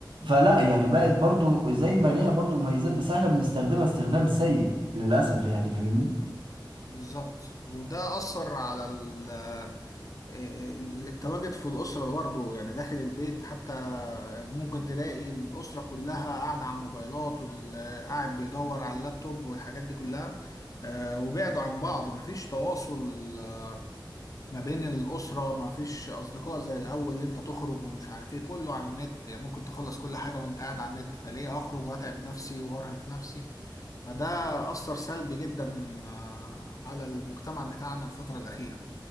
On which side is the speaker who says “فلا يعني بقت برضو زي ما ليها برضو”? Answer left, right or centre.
Right